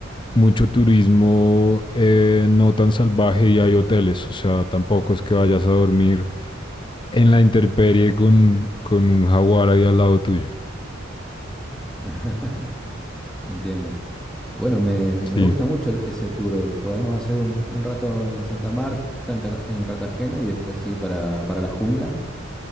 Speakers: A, on the left; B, in the centre.
A: mucho turismo eh, no tan salvaje y hay hoteles. O sea, tampoco es que vayas a dormir en la intemperie con, con un jaguar ahí al lado tuyo.
B: <laughs> entiendo. Bueno, me, me
A: Sí,
B: gusta mucho ese tour. Podemos hacer un, un rato en Santa Marta, en, Cata- en Cartagena y después ir para, para la jungla.